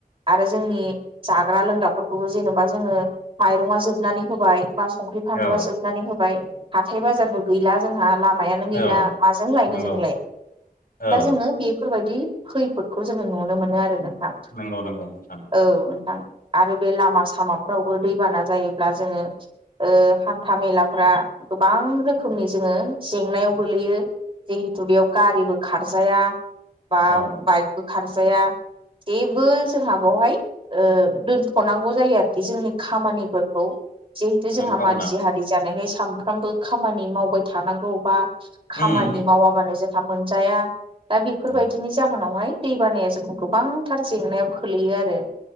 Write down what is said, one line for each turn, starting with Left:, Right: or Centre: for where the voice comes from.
Right: आरो जोंनि जाग्रा लोंग्राफोरखौबो जेन'बा जोङो माइरंआ जोबनानै होबाय। बा संख्रि फानलुआ
Left: औ
Right: जोबनानै होबाय, हाथाय बाजारबो गैला जोंहा लामायानो गैला।
Left: औ
Right: माजों लायनो
Left: नंगौ
Right: जोंलाय
Left: औ
Right: दा जोंनो बेफोरबायदि खैफोदखौ जोङो नुनो मोनो आरो नोंथां
Left: नंगौ नंगौ नोंथां
Right: औ नोंथां आरो बे लामा सामाफ्रावबो दैबाना जायोब्ला जोङो ओ हान्था मेलाफ्रा गोबां रोखोमनि जोङो जेंनायाव गोलैयो। जिहेथु बेयाव गारिबो खारजाया, बा
Left: औ
Right: बाइकबो खारजाया। जेबो जोंहा बेवहाय ओ दोनथ' नांगौ जायो आरोखि जोंनि खामानिफोरखौ जोंहा
Left: नों खावना
Right: मानसि हारि जानायखाय सानफ्रामबो खामानि मावबाय थानांगौ बा खामानि
Left: उम
Right: माव मावाबानो जोंहा मोनजाया, दा बेफोरबायदिनि
Left: नंगौ
Right: जाहोनावहाय दै बानाया जोंखौ गोबांथार जेंनायाव खोलैयो आरो।